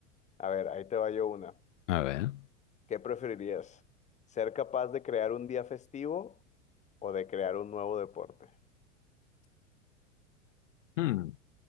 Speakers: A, on the left (about 20°); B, on the left (about 75°).
A: A ver, ahí te va yo una.
B: A ver.
A: ¿Qué preferirías? ¿Ser capaz de crear un día festivo o de crear un nuevo deporte?
B: hmm,